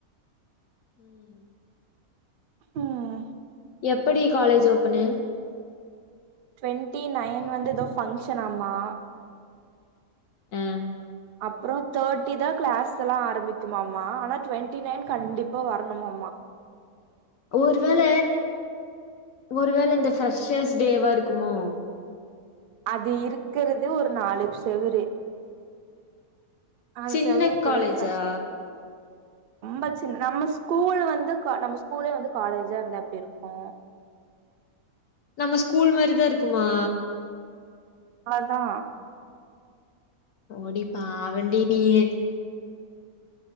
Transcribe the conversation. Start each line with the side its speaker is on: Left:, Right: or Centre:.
Left: ம்
Right: ம்
Left: எப்படி காலேஜ் ஓப்பனு
Right: ட்வெண்ட்டி நைன் வந்து ஏதோ ஃபங்க்ஷனாமா
Left: ம்
Right: அப்றோ தேட்டி தா கிளாஸ் எல்லா ஆரம்பிக்குமாமா ஆனா டுவெண்ட்டி நைன் கண்டிப்பா வரணுமா ம்மா
Left: ஒருவேள ஒருவேள
Right: ம்
Left: இந்த ஃபரெஷஸ் டேவா இருக்குமோ
Right: அது இருக்கறது ஒரு நாலு செவுறு அது
Left: சின்ன
Right: செவருக்குள்ள
Left: காலேஜா?
Right: ஃபரெஷ்ஸ் ரொம்ப சின்ன நம்ம ஸ்கூல் வந்து கா நம்ம ஸ்கூலே வந்து காலேஜா இருந்த எப்டிருக்கு
Left: நம்ம ஸ்கூல் மாரிதா இருக்குமா
Right: அதா
Left: போடி பாவண்டி நீயி